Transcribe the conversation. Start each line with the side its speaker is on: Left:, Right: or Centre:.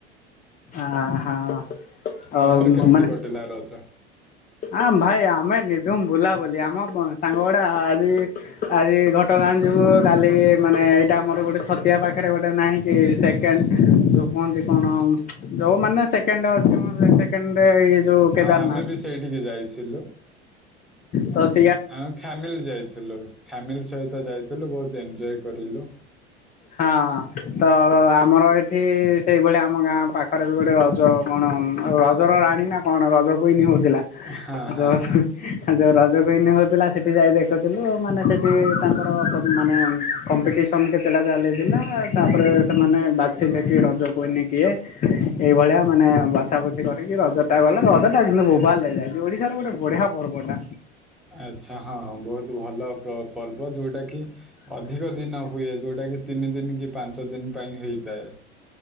Left: ଆହା ଅ
Centre: ତମର କେମିତି
Left: ମାନେ
Centre: କଟିଲା ରଜ
Left: ଆଁମ ଭାଇ ଆମେ ନିଧୁମ୍ ବୁଲାବୁଲି, ଆମ ସାଙ୍ଗ ଗୁଡା ଆଜି ଆଜି ଘଟଗାଁ ଯିବୁ କାଲି ମାନେ ଏଇଟା ଆମର ଗୋଟେ ଛତିଆ ପାଖରେ ଗୋଟେ ନାହିଁ କି ସେକେଣ୍ଡ ଯୋଉ କୁହନ୍ତି, କଣ ଯୋଉ ମାନେ ସେକେଣ୍ଡ ଅଛି ମ ସେକେଣ୍ଡ ଯୋଉ କେଦାରନାଥ
Centre: ହଁ ଆମେ ବି ସେଇଠିକି ଯାଇଥି ଥିଲୁ।
Left: ତଶ୍
Centre: ଆମେ ଫ୍ୟାମିଲି ଯାଇଥିଲୁ। ଫ୍ୟାମିଲି ସହିତ ଯାଇଥି ଥିଲୁ ବହୁତ ଏଞ୍ଜୟ କରିଲୁ।
Left: ହଁ ତ ଆମର ଏଠି ସେଇଭଳିଆ। ଆମ ଗାଁ ପାଖରେ ବି ଗୋଟେ ରଜ କଣ ରଜର ରାଣୀ ନା କଣ ରଜ କୁଇନି ହଉଛି। ଥିଲା
Centre: ହଁ ହଁ
Left: ଯଉ <unintelligible> ହଁ ଯଉ ରଜ ରଜକୁଇନ୍ ହଉଥିଲା, ସେଠି ଯାଇ ଦେଖୁଥିଲୁ ମାନେ ସେଠି ତାଙ୍କର କ ମାନେ କମ୍ପିଟିସନ କେତେଟା ଚାଲିଥିଲା ତାପରେ ସେମାନେ ବାଛିଲେ କି ରଜକୁଇନି କିଏ, ଏଇଭଳିଆ ମାନେ ବାଛା ବୁଛି କରିକି ରଜ ଟା ଗଲା ରଜ ଟା କିନ୍ତୁ ବୋବାଲ ହେଇଯାଇଛି, ଓଡିଶାର ଗୋଟେ ବଢିଆ ପର୍ବଟା।
Centre: ଆଚ୍ଛା ହଁ ବହୁତ୍ ଭଲ ପ୍ରପର୍ବ ଯୋଉଟା କି ଅଧିକ ଦିନ ହୁଏ। ଯଉଟା କି ତିନି ଦିନି କି ପାଞ୍ଚ ଦିନ ପାଇଁ ହୋଇଥାଏ।